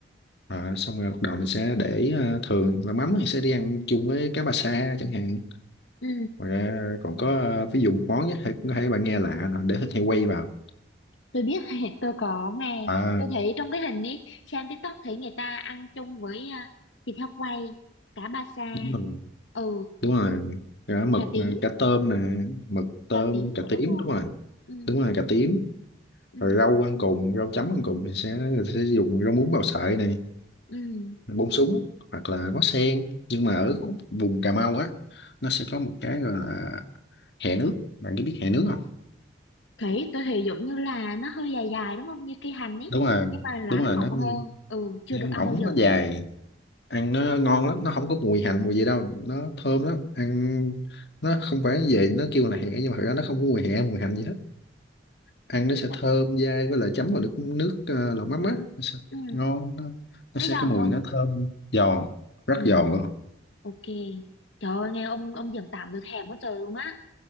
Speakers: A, on the left; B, on the left.
A: à, xong rồi bắt đầu mình sẽ để ờ, thường lẩu mắm thì sẽ đi ăn chung với cá ba sa chẳng hạn
B: ừ.
A: ngoài ra còn có ờ, ví dụ một món nhé có thể bạn nghe lạ nè để thịt heo quay vào
B: Tôi biết, <laughs> tôi có nghe.
A: à
B: Tôi thấy trong cái hình ấy, xem TikTok thấy người ta ăn chung với ờ, thịt heo quay, cá ba sa,
A: đúng rồi
B: ừ,
A: đúng rồi cá mực
B: cá tím,
A: ờ, cá tôm nè mực tôm
B: cá tím
A: cà
B: nữa
A: tím
B: đúng không?
A: đúng rồi
B: Ừ,
A: đúng rồi cà tím
B: ừ,
A: rồi rau ăn cùng rau chấm ăn cùng thì sẽ sẽ dùng rau muống bào sợi này
B: ừ,
A: bông súng hoặc là ngó sen nhưng mà ở
B: ừ.
A: khúc vùng Cà Mau á nó sẽ có một cái gọi là hẹ nước bạn có biết hẹ nước không
B: Thủy tôi thì giống như là nó hơi dài dài đúng không như cây hành ấy
A: đúng rồi
B: nhưng mà lá
A: đúng rồi
B: nó mọng
A: nó,
B: hơn ừ chưa
A: nó
B: được
A: mỏng
B: ăn bao giờ
A: nó dài ăn nó ngon lắm nó không có mùi hành mùi gì đâu nó thơm lắm ăn nó không phải về nó kêu là hẹ nhưng mà thực ra nó không có mùi hẹ mùi hành gì hết ăn nó sẽ
B: nó,
A: thơm dai với lại chấm vào nước nước ờ, lẩu mắm á nó sẽ
B: ừ,
A: ngon nó, nó
B: nó
A: sẽ
B: giòn
A: cái mùi
B: không
A: nó thơm giòn rất
B: ừ
A: giòn luôn
B: ok trời ơi nghe ông ông giòn tạm tôi thèm quá trời luôn á